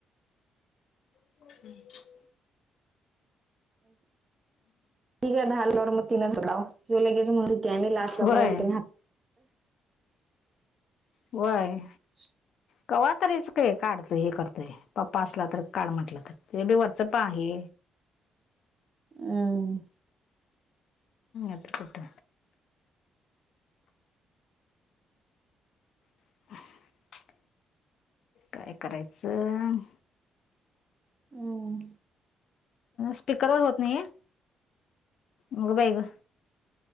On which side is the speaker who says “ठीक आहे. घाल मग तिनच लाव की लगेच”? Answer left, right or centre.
Right